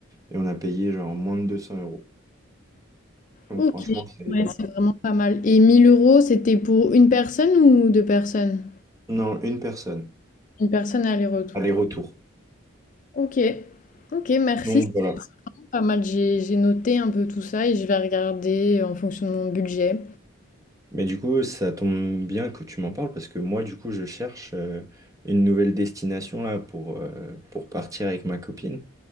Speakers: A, on the right; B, on the left.
A: et on a payé genre moins de 200 euros. Donc,
B: Ok,
A: franchement, c'est.
B: ouais, c'est vraiment pas mal. Et 1000 euros, c'était pour une personne ou deux personnes?
A: Non, une personne.
B: Une personne aller-retour.
A: Aller-retour.
B: Ok, ok, merci.
A: Donc, voilà.
B: C'est pas mal. J'ai, j'ai noté un peu tout ça et je vais regarder en fonction de mon budget.
A: Mais du coup, ça tombe bien que tu m'en parles parce que moi, du coup, je cherche euh, une nouvelle destination là pour, euh, pour partir avec ma copine.